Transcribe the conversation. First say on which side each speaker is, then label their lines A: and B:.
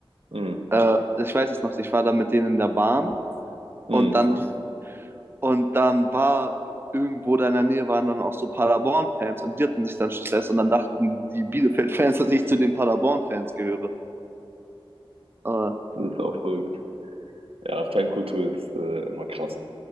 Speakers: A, on the right (about 80°); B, on the right (about 25°).
A: Mhm.
B: Äh, ich weiß es noch, ich war da mit denen in der Bahn
A: Mhm.
B: und dann Und dann war irgendwo da in der Nähe waren dann auch so Paderborn-Fans und die hatten sich dann Stress und dann dachten die Bielefeld-Fans, <laughs> dass ich zu den Paderborn-Fans gehöre. Aber,
A: Das ist auch verrückt. Ja, Fankultur ist äh, immer krass.